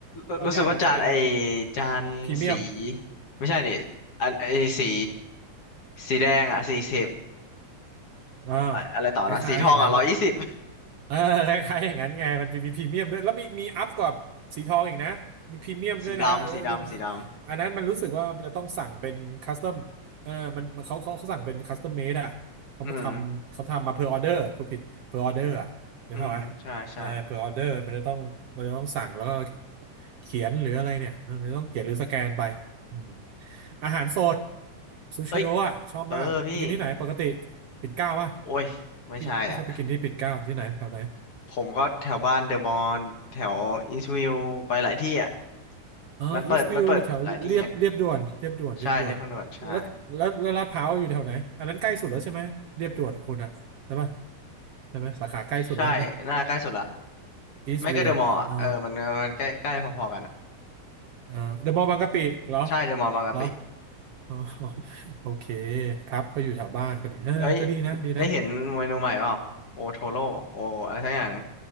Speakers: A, on the left; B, on the right.
A: รู้รู้สึกว่าจานไอ
B: บางอย่างมันจะเป็น
A: จานสี
B: พรีเมียม
A: ไม่ใช่ดิอันไอสีสีแดงอ่ะสี่สิบ
B: อ่า
A: อะไรต่อนะสีทองอ่ะร้อยยี่สิบ
B: คล้ายๆอย่างนั้นละ เออ <laughs> คล้ายๆอย่างนั้นไงมันจะมีพรีเมียมด้วยแล้วมีมีอัพกว่าสีทองอีกนะมีพรีเมียมด้วยนะเออมัน
A: <laughs> สีดำสีดำสีด
B: อันนั้นมันรู้สึกว่ามันจะต้องสั่งเป็นคัสตอมเออมันมันเขาเขาเขาสั่งเป็นคัสตอมเมดอ่ะเขามาทำเขาทำมาเพอร์ออเดอร์คุณผิดเพอร์ออเดอร์อ่ะเดี๋ยวเข้าไหม
A: ำอืมอืมใช่ใช่
B: เออเพอร์ออเดอร์มันจะต้องมันจะต้องสั่งแล้วก็เขียนหรืออะไรเนี่ยเออมันจะต้องเขียนหรือสแกนไป อืมอาหารสดซูชิโร่อะชอบมากไปกินที่ไหนปกติ
A: เอ้ย เออพี่
B: ปิ่นเกล้าป่ะ
A: โอ้ยไม่ใช่อ่ะ
B: พี่พี่ชอบไปกินที่ปิ่นเกล้าที่ไหนแถวไหน
A: ผมก็แถวบ้านเดอะมอนแถวอีสต์วิวไปหลายที่อ่ะ
B: เอออีสต์วิวแถวเรียบเรียบด่วนเรียบด่วนเรียบด่วน
A: มันเปิดมันเปิดหลายที่ไงใช่เรียบทางด่วนใช่
B: แล้วแล้วแล้วลาดพร้าวอยู่แถวไหนอันนั้นใกล้สุดแล้วใช่ไหมเรียบด่วนคุณอะใช่ป่ะใช่ไหมสาขาใกล้สุดแล้วใช่ไหม
A: ใช่หน้าใกล้สุดละ
B: อีสต์วิวเหรอเออ
A: ไม่ก็เดอะมอลล์อ่ะเออมันมันใกล้ใกล้พอๆกันอ่ะ
B: เออเดอะมอลล์บางกะปิเหรอ
A: ใช่เดอะมอลล์บางกะปิ
B: เหรออ๋อ <laughs> โอเคครับก็อยู่แถวบ้านพอดีเออก็ดีนะดีนะ
A: เอ้ยได้เห็นเมนูใหม่เปล่าโอโทโร่โออะไรสักอย่างหนึง